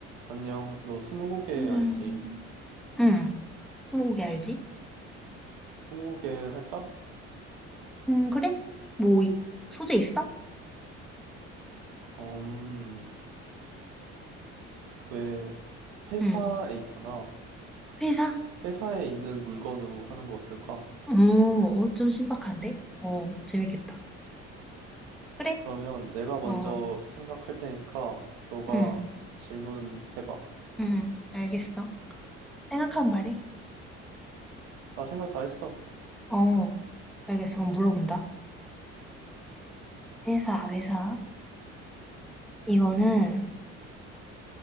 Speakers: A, on the right (about 80°); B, in the centre.
A: 안녕, 너 스무고개
B: 안녕.
A: 알지?
B: 응, 스무고개 알지?
A: 스무고개 할까?
B: 음, 그래? 뭐, 이- 소재 있어?
A: 음, 왜, 회사에
B: 응,
A: 있잖아.
B: 회사?
A: 회사에 있는 물건으로 하는 거 어떨까?
B: 어, 어, 좀 신박한데? 어, 재밌겠다. 그래?
A: 그러면 내가 먼저
B: 어,
A: 생각할 테니까 너가
B: 응,
A: 질문해봐.
B: 응, 알겠어. 생각하면 말해.
A: 나 생각 다 했어.
B: 어, 알겠어. 그럼 물어본다. 회사, 회사. 이거는